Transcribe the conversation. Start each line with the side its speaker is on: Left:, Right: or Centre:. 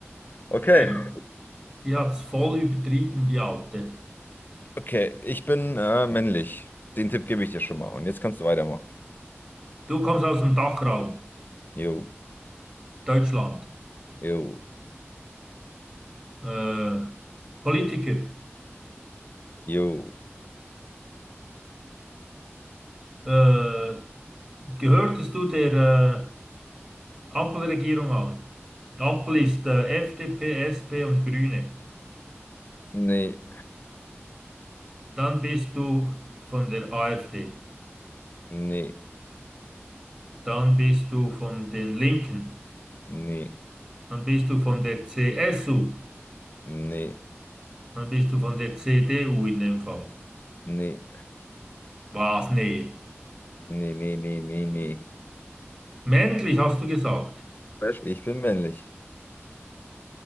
Left: Okay.
Right: Ja, die hat's voll übertrieben, die Alte.
Left: Okay, ich bin äh, männlich. Den Tipp gebe ich dir schon mal. Und jetzt kannst du weitermachen.
Right: Du kommst aus dem Dachraum,
Left: Jo,
Right: Deutschland.
Left: jo,
Right: Äh, Politiker.
Left: jo.
Right: Äh, gehörtest du der äh, Ampelregierung an? Ampel ist äh, FDP, SP und Grüne.
Left: Nee,
Right: Dann bist du von der AfD.
Left: nee,
Right: Dann bist du von den Linken.
Left: nee,
Right: Dann bist du von der CSU.
Left: nee,
Right: Dann bist du von der CDU in dem Fall.
Left: nee,
Right: Was? Nee.
Left: nee, nee, nee, nee, nee.
Right: Männlich hast du gesagt.
Left: Was? Ich bin männlich.